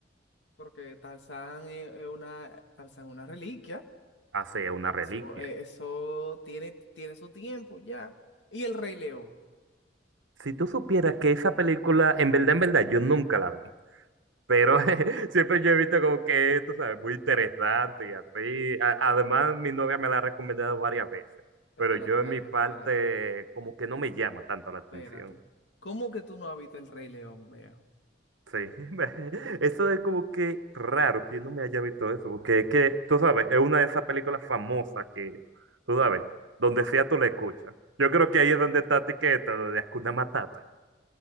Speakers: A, on the left; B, on the right.
A: Porque Tarzán es es una, Tarzán es una reliquia.
B: hace una reliquia.
A: Eso, eh, eso tiene, tiene su tiempo ya. Y el Rey León.
B: Si tú supieras que esa película, en verdad, en verdad, yo nunca la vi. Pero <laughs> siempre yo he visto como que esto, ¿sabes? Muy interesante y así. A- además, mi novia me la ha recomendado varias veces, pero
A: Espérate,
B: yo en
A: dale,
B: mi parte
A: espérate,
B: como que no me llama tanto la atención.
A: espérate. ¿Cómo que tú no has visto el Rey León, viejo?
B: Sí, <laughs> me- eso es como que raro que yo no me haya visto eso, porque es que, tú sabes, es una de esas películas famosas que, tú sabes, donde sea tú la escuchas. Yo creo que ahí es donde está etiqueta, lo de Hakuna Matata.